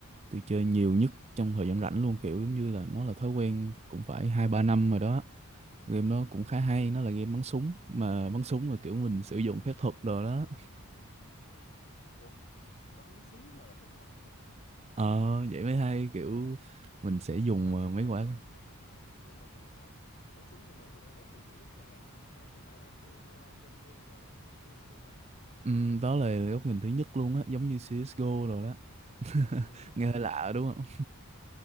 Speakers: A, on the right; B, on the left.
A: tôi chơi nhiều nhất trong thời gian rảnh luôn, kiểu giống như là nó là thói quen cũng phải hai ba năm rồi đó. Game nó cũng khá hay, nó là game bắn súng mà bắn súng mà kiểu mình sử dụng phép thuật đồ đó.
B: Ủa, bắn súng mà là phép thuật hả?
A: Ờ vậy mới hay kiểu mình sẽ dùng
B: Khoan khoan khoan
A: ờ, mấy
B: khoan
A: quả
B: khoan khoan nha, khoan. Nhưng mà cho mình hỏi, bắn súng nhưng mà dạng góc nhìn thứ nhất hay là hay hay, hay là kiểu uh, Gunny đồ kiểu hồi xưa ta?
A: Ừm, đó là góc nhìn thứ nhất luôn á, giống như CS:GO rồi đó. <laughs>
B: Góc nhìn thứ nhất
A: Nghe
B: luôn.
A: hơi lạ đúng không?